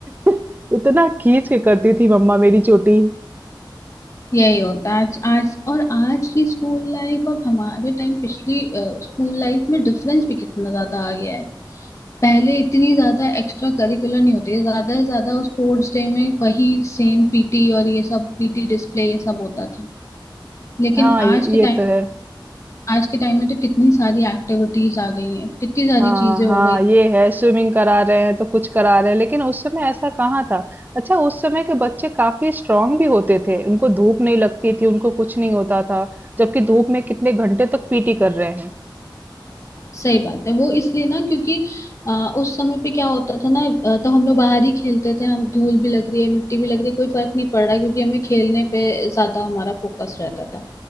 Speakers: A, on the right (about 20°); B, on the left (about 35°).
A: <laughs> इतना खींच के करती थी मम्मा मेरी चोटी
B: यही होता है आज आज और आज की स्कूल लाइफ और हमारे टाइम पिछली स्कूल लाइफ में डिफरेंस भी कितना ज्यादा आ गया है पहले इतनी ज्यादा एक्स्ट्रा करिकुलर नहीं होती थी ज्यादा से ज्यादा स्पोर्ट्स डे में वही सेम पीटी और ये सब पीटी डिस्प्ले ये सब होता था लेकिन
A: हाँ ये,
B: आज के
A: ये
B: टाइम
A: तो है
B: आज के टाइम में तो कितनी सारी एक्टिविटीज आ गई हैं कितनी सारी
A: हाँ
B: चीजें
A: हाँ
B: हो गई
A: ये है स्विमिंग करा रहे हैं तो कुछ करा रहे हैं लेकिन उस समय ऐसा कहाँ था अच्छा उस समय के बच्चे काफी स्ट्रांग भी होते थे उनको धूप नहीं लगती थी उनको कुछ नहीं होता था जबकि धूप में कितने घंटे तक पीटी कर रहे हैं
B: सही बात है वो इसलिए ना क्योंकि आ, उस समय पे क्या होता था ना अ, तो हम लोग बाहर ही खेलते थे हम धूल भी लग रही है मिट्टी भी लग रही है कोई फर्क नहीं पड़ रहा क्योंकि हमें खेलने पे ज्यादा हमारा फोकस रहता था